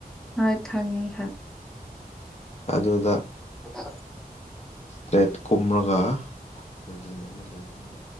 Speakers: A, in the centre; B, on the left.
A: ꯍꯣꯏ ꯍꯪꯉꯦ
B: ꯑꯗꯨꯗ
A: ꯑꯣ
B: ꯏꯁꯇ꯭ꯔꯦꯠ ꯀꯨꯝꯔꯒ ꯕꯤꯜꯗꯤꯡ ꯑꯃ ꯂꯩꯕꯅꯦꯕ